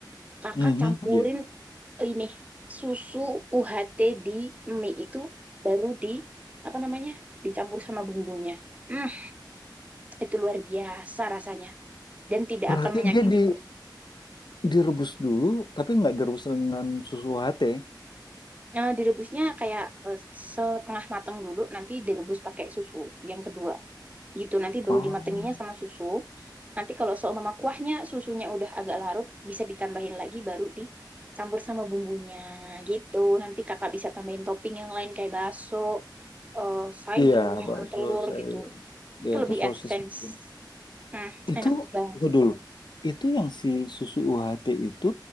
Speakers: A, on the right; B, on the left.
A: kakak
B: mhm,
A: campurin
B: iya.
A: ini susu UHT di mie itu baru di apa namanya dicampur sama bumbunya. Hmm, itu luar biasa rasanya dan tidak
B: Berarti
A: akan menyakiti
B: dia di
A: perut.
B: direbus dulu, tapi nggak direbus dengan susu UHT.
A: Nah, direbusnya kayak eh, setengah matang dulu, nanti direbus pakai susu yang kedua. Gitu, nanti baru
B: Oh,
A: dimatenginya sama susu. Nanti kalau seumpama kuahnya susunya udah agak larut, bisa ditambahin lagi baru dicampur sama bumbunya gitu. Nanti kakak bisa tambahin topping yang lain kayak bakso eh, sayur,
B: Iya, bakso,
A: telur
B: sayur,
A: gitu. Itu
B: ya
A: lebih
B: atau sosis
A: advance.
B: mungkin.
A: Nah,
B: Itu
A: enak banget.
B: tunggu dulu. Itu yang si susu UHT itu